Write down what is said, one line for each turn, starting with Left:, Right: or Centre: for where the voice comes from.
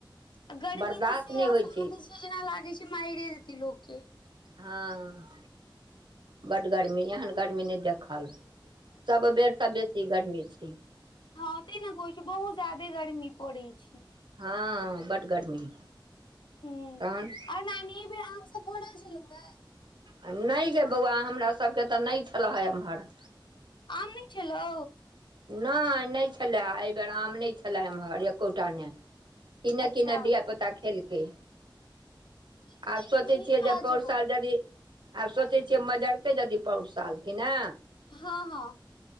Left: आ गर्मी
Right: बर्दाश्त
Left: तऽ से
Right: नहि
Left: असाध्य
Right: होइ
Left: छै जेना लागै छै मइरे देतै लोकके
Right: हँ बड गर्मी एहन गर्मी नहि देखल सब बेर सँ बेसी गर्मी छै
Left: हँ त ने कहै छ बहुत जादे गर्मी पड़ै छै
Right: हँ बड्ड गर्मी
Left: हुँ
Right: तहन
Left: आँय नानी एहि बेर आामसँ फोड़ल छलहुँ गे
Right: आ नहि गे बौआ हमरासभके तऽ नहि छलै ह एम्हर
Left: आम नहि छलौ
Right: नहि नहि छलय एहि बेेर आम नहि छलए एम्हर एकोटा ने किन्ने
Left: अच्छा
Right: किने धिय पुता खेलकै
Left: मतलब
Right: आब
Left: कनि
Right: सोचै
Left: मनि
Right: छियै
Left: खा
Right: जे पौर
Left: जो
Right: साल यदि आब सोचै छियै मजरतै यदि पौर साल कि ने
Left: हँ हँ